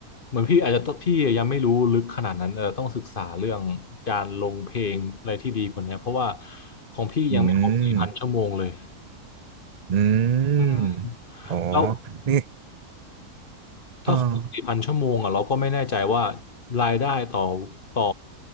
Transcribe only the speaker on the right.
อืมอื
มอ๋อ
นี่
เออ